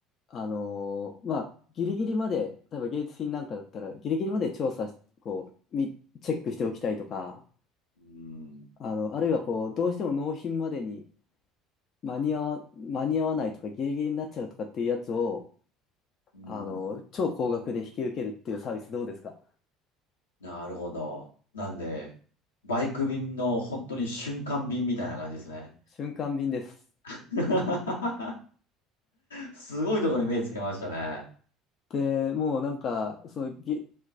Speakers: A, on the left; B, on the left.
A: あのーまあ、ギリギリまで、例えば芸術品なんかだったら、ギリギリまで調査し、こう、み、チェックしておきたいとか、
B: うん。
A: あの、あるいはこう、どうしても納品までに間に合わ、間に合わないとかギリギリになっちゃうとかっていうやつを、
B: うん
A: あの、超高額で引き受けるっていうサービスどうですか
B: なるほど。なんで、バイク便の本当に瞬間便みたいな感じですね。
A: 瞬間便です。
B: <laughs> すごいところに目つけましたね。
A: で、もうなんか、そのげ、